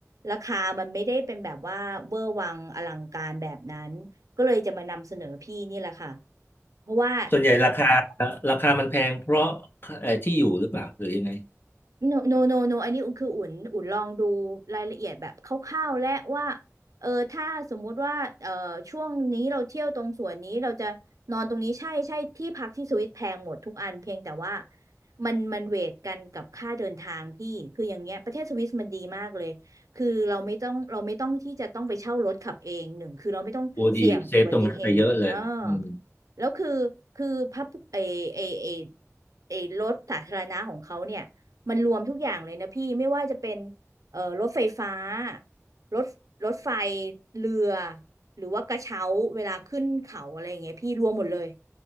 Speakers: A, on the right; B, on the left.
A: ราคามันไม่ได้เป็นแบบว่าเวอร์วังอลังการแบบนั้นก็เลยจะมานำเสนอพี่นี่แหละค่ะเพราะว่า
B: ส่วนใหญ่ราคาราคามันแพงเพราะเอ่อที่อยู่หรือเปล่าหรือยังไง
A: no no no no อันนี้คืออุ่นอุ่นลองดูรายละเอียดแบบคร่าวๆและว่าเออถ้าสมมุติว่าเออช่วงนี้เราเที่ยวตรงส่วนนี้เราจะนอนตรงนี้ใช่ใช่ที่พักที่สวิตแพงหมดทุกอันเพียงแต่ว่ามันมันเวทกันกับค่าเดินทางพี่คืออย่างเงี้ยประเทศสวิสมันดีมากเลยคือเราไม่ต้องเราไม่ต้องที่จะต้องไปเช่ารถขับเองหนึ่งคือเราไม่ต้องเสี่ยงอุบัติเหตุอ่า
B: โอ้ดีเซฟตรงนั้นไปเยอะเลยอืม
A: แล้วคือคือพับเอเอเอเอรถสาธารณะของเขาเนี่ย มันรวมทุกอย่างเลยนะพี่ไม่ว่าจะเป็นเอ่อรถไฟฟ้ารถรถไฟเรือหรือว่ากระเช้าเวลาขึ้นเขาอะไรอย่างเงี้ยพี่รวมหมดเลย